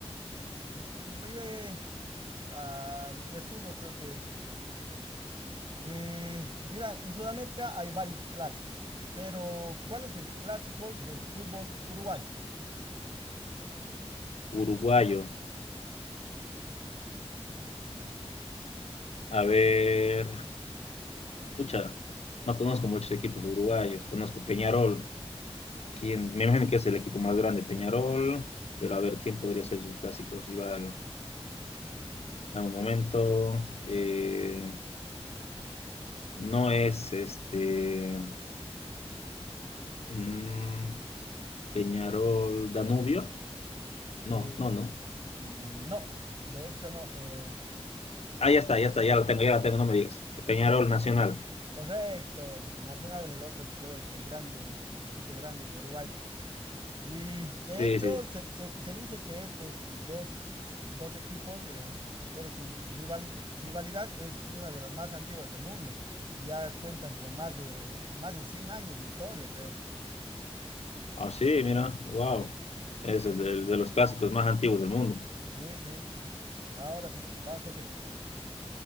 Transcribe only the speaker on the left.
Uruguayo. A ver, pucha, no conozco muchos equipos uruguayos. Conozco Peñarol. quién Me imagino que es el equipo más grande, Peñarol. Pero a ver, ¿quién podría ser su clásico rival? Dame un momento. Eh, no es este mm, Peñarol Danubio.
No, no, no.
Ah, ya está, ya está, ya
la tengo, ya la tengo, no me digas. Peñarol Nacional.
Sí,
sí, sí.
Ah, sí, mira, wow. Es el de, el de los clásicos más antiguos del mundo.